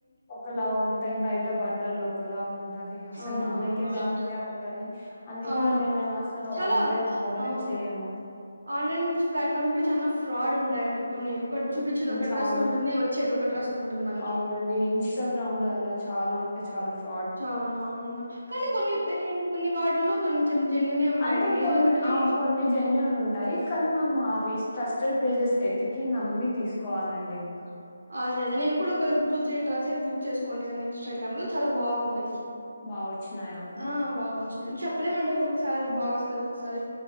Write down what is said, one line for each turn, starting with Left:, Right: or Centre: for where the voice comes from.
Left: ఒకలా ఉంటాయి బయట బట్టలు ఒకలా ఉంట టది అసలు
Right: అవునవునవును
Left: నమ్మకే కాదండి ఆ బటిల్ని అందుకే
Right: అవునవును
Left: అండి నేను అసలు
Right: చాలా
Left: ఆన్లైన్ ఆర్డరే
Right: అవును
Left: చెయను
Right: ఆన్లైన్ నుంచి ప్లాట్ఫామ్స్ కూడా చాలా ఫ్రాడ్ ఉంటాయండి కొన్ని ఒకటి చూపిచ్చేది ఒక
Left: చాలా.
Right: డ్రస్ ఉంటుంది వచ్చేది డ్రెస్ ఉంటుంది మనకి
Left: అవునండి ఇన్స్టాగ్రామ్ లో అలా చాలా అంటే చాలా ఫ
Right: చాలావు కానీ కొన్ని కొన్ని వాటిల్లో కొంచెం జెన్యయుూనే ఉంటాయండి
Left: అంటే
Right: నేన్
Left: కొన్ని
Right: ఎందుకంటే
Left: ఆ! కొన్ని జెన్యూన్ ఉంటాయి. కానీ మనం మావి ట్రస్టెడ్ పేజెస్ ఎతికి నమ్మి తీసుకోవాలండి ఇంకా.
Right: అదే అదే నేను ఇప్పుడు ఒక టూ త్రీ డ్రేసెస్ బుక్ చేసుకోండి అండి ఇన్స్టాగ్రామ్ లో చాలా బాగున్నాయి
Left: బా వచ్చినాయా అన్ని
Right: ఆ బాగా చెప్పలేమండి ఒక్కొక్కసారి బా వస్తాయి ఒక్కొక్కసారి